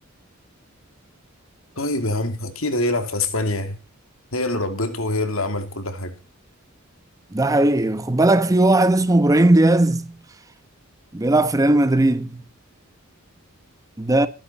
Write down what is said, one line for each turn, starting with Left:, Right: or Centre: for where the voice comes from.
Left: طيب يا عم أكيد هيلعب في أسبانيا يعني. هي اللي ربته وهي اللي عملت كل حاجة
Right: ده حقيقي خد بالك في واحد اسمه ابراهيم دياز بيلعب في ريال مدريد ده